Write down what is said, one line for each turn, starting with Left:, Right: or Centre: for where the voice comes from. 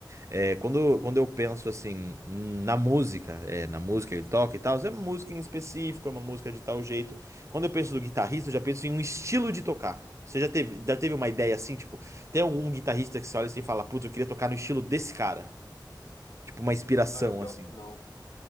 Right: é, quando, quando eu penso assim na música, é, na música ele toca e tal, é uma música em específico, é uma música de tal jeito. Quando eu penso do guitarrista, eu já penso em um estilo de tocar. Você já teve, já teve uma ideia assim, tipo, tem algum guitarrista que você olha assim e fala, putz, eu queria tocar no estilo desse cara? Tipo, uma inspiração
Left: Cara, pior
Right: assim.
Left: que não.